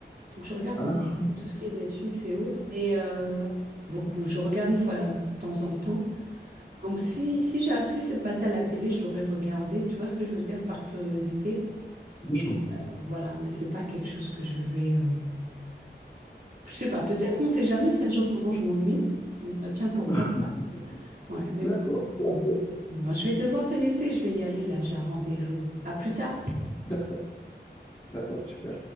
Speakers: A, on the right; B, on the left.
A: Donc je regarde
B: Ah,
A: beaucoup tout ce qui est Netflix et autres. Et euh, beaucoup, je regarde une fois de temps en temps. Donc si, si, j'ai, si c'est passé à la télé, je l'aurais regardé. Tu vois ce que je veux dire par curiosité?
B: oui,
A: Mais,
B: je comprends.
A: euh, voilà, mais c'est pas quelque chose que je vais... euh, Je sais pas, peut-être, on sait jamais. Si un jour vraiment je m'ennuie, je me dirais, tiens, pourquoi?
B: <laughs>
A: Ouais, mais
B: D'accord,
A: bon.
B: parfait.
A: Bon, Je vais devoir te laisser, je vais y aller là, j'ai un rendez-vous. À plus tard.
B: D'accord, d'accord, super.